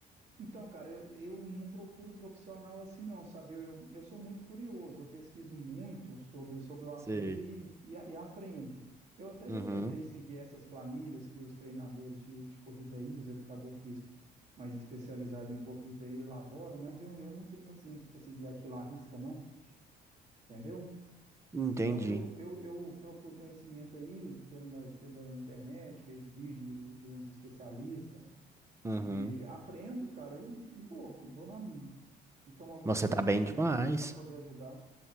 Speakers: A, on the right; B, on the right.
A: Então, cara, eu, eu não procuro profissional assim, não, sabe? Eu, eu, eu sou muito curioso, eu pesquiso muito sobre, sobre o assunto
B: Sei.
A: e, e, a- e aprendo. Eu até
B: Uhum,
A: já tentei seguir essas planilhas que os treinadores de, de corrida aí, os educador físico mais especializado em corrida aí elaboram, mas eu, eu não tenho paciência para seguir aquilo à risca, não, entendeu?
B: entendi.
A: Então, eu, eu, eu procuro conhecimento aí pela, pela internet, vejo vídeo de uns especialistas
B: Uhum.
A: e aprendo, cara, e, e vou, e vou na minha. E tomar algum
B: Você
A: suplemento
B: tá bem
A: também,
B: demais.
A: né? Para poder ajudar.